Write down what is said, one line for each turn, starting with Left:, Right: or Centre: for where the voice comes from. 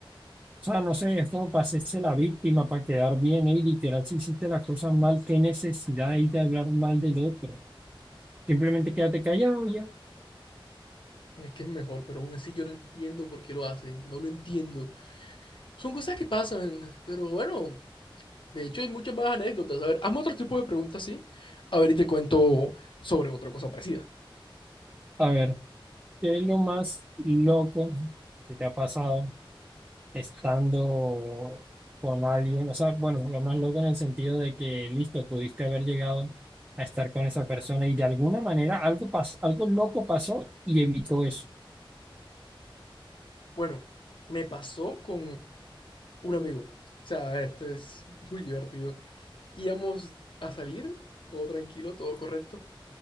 Right: O sea, no sé, es como para hacerse la víctima, para quedar bien. ¿eh? Y literal, si hiciste las cosas mal, qué necesidad hay de hablar mal del otro. Simplemente quédate callado y ya.
Left: Es que es mejor, pero aún así yo no entiendo por qué lo hacen. No lo entiendo. Son cosas que pasan, pero bueno, de hecho hay muchas más anécdotas. A ver, hazme otro tipo de preguntas, sí. A ver, y te cuento sobre otra cosa parecida.
Right: A ver, ¿qué es lo más loco que te ha pasado estando con alguien? O sea, bueno, lo más loco en el sentido de que, listo, pudiste haber llegado a estar con esa persona y de alguna manera algo pas- algo loco pasó y evitó eso.
Left: Bueno, me pasó con un amigo. O sea, esto es muy divertido. Íbamos a salir, todo tranquilo, todo correcto,